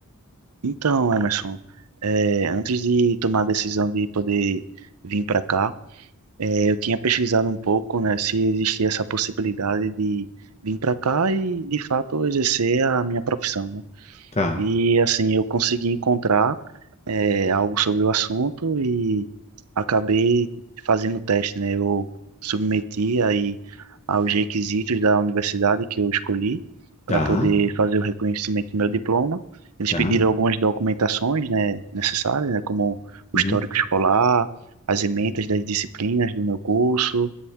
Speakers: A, on the right; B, on the left.
A: Então, Emerson, é, antes de tomar a decisão de poder vir para cá, é, eu tinha pesquisado um pouco, né, se existia essa possibilidade de vir para cá e, de fato, exercer a minha profissão, né?
B: Tá,
A: E assim, eu consegui encontrar eh, algo sobre o assunto e acabei fazendo teste, né? Eu submeti aí aos requisitos da universidade que eu escolhi para
B: tá,
A: poder fazer o reconhecimento do meu diploma. Eles
B: tá,
A: pediram algumas documentações, né, necessárias, né, como o
B: uhum,
A: histórico escolar, as ementas das disciplinas do meu curso,